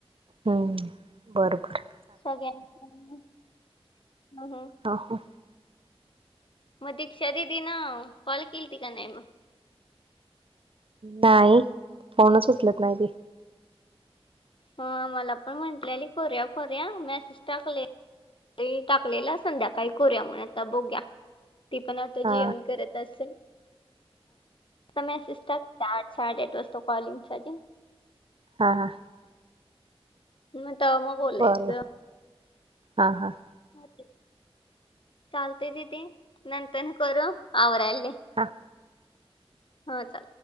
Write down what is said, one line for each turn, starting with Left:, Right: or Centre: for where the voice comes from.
Right: हम्म, बरोबर.
Left: सगळ्यां <unintelligible> हम्म, हम्म.
Right: ह हो. <unintelligible>
Left: मग दिक्षा दिदी ना काॅल केल ती का नाही म?
Right: नाही फोणच उचलत नाही ती.
Left: ह मला पण म्हटली कोऱ्या कोऱ्या मॅसेज टाकले. तिनी टाकलेलं संध्याकाळी करूया म्हण आता बघुया. ती पणं आंता
Right: हा
Left: जेवणं करतं असेल मि सात साडेआठ वाजतां कॉलिंग साठी
Right: हां हां
Left: मं तरं मंग बोलायचं
Right: बर बर हा हा
Left: हो चालतेय तीदी नंतर करूं आवरांयलाली
Right: हां
Left: हां आंता